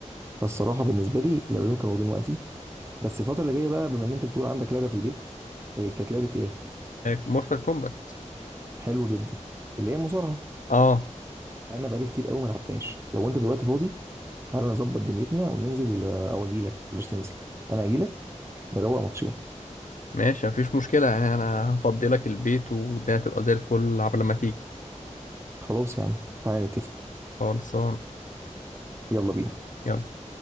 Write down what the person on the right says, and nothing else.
فالصراحه بالنسبه لي اللعبتين كانوا واخدين وقتي بس الفتره اللي جايه بقى بما ان انت بتقول عندك لعبه في البيت آه، كانت لعبه ايه
حلوه جدا اللي هي مصارعه
مع انا بقالي كتير قوي ما لعبتهاش لو انت دلوقتي فاضي تعالى نظبط دنيتنا وننزل آه، او اجي لك بلاش تنزل انا اجي لك نروق ماتشين
خلاص يا عم تعالى نتفق
يلا بينا